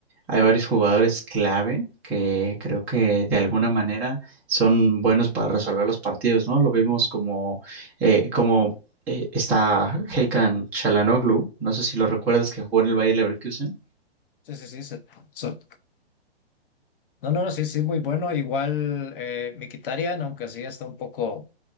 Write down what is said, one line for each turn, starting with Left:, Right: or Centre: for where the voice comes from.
Centre: hay varios jugadores clave que creo que de alguna manera son buenos para resolver los partidos, ¿no? Lo vimos como, eh, como eh, está Hakan Çalhanoğlu, no sé si lo recuerdas, que jugó en el Bayer Leverkusen.
Left: Sí, sí, sí. se- so- no, no, no, sí, sí, muy bueno. Igual eh, Mkhitaryan, aunque sí está un poco,